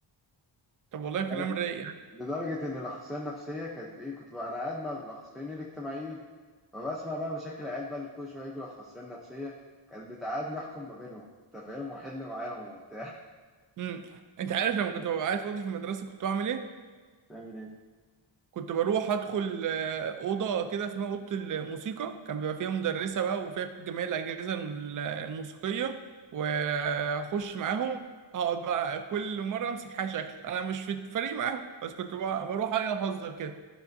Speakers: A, on the right; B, in the centre.
A: طب والله كلام
B: لدرجه
A: رايق يعني
B: لدرجه ان الاخصائيه النفسيه كانت ايه كنت بقى انا قاعد مع الاخصائيين الاجتماعيين فبسمع بقى مشاكل العيال بقى اللي كل شويه يجوا الاخصائيه النفسيه كانت بتقعدني احكم ما بينهم انت فاهم واحل معاهم وبتاع
A: أمم أنت عارف لما كنت ببقى قاعد فاضي في المدرسة كنت بعمل إيه؟
B: <laughs> تعمل ايه؟
A: كنت بروح ادخل آه، اوضه كده اسمها اوضه الموسيقى كان بيبقى فيها مدرسه بقى وفيها جميع الاجهزه الموسيقيه واخش معاهم اقعد بقى كل مره امسك حاجه شكل انا مش في الفريق معاهم بس كنت بقى- بروح أجي اهزر كده